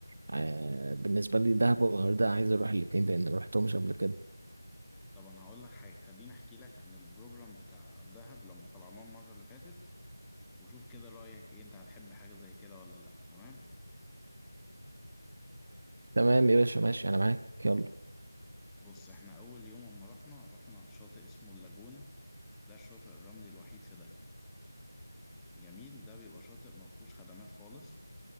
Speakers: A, on the right (about 40°); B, in the centre.
A: آه، بالنسبة لي دهب والغردقة عايز اروح الاتنين لان ما رحتهمش قبل كده
B: طبعا هقول لك حاجة خليني أحكي لك عن البروجرام بتاع دهب لما طلعناه المرة اللي فاتت وشوف كده رأيك إيه أنت هتحب حاجة زي كده ولا لأ تمام
A: تمام يا باشا ماشي انا معاك يلا
B: بص إحنا أول يوم أما رحنا رحنا شاطئ اسمه اللاجونة ده الشاطئ الرملي الوحيد في دهب جميل ده بيبقى شاطئ مفهوش خدمات خالص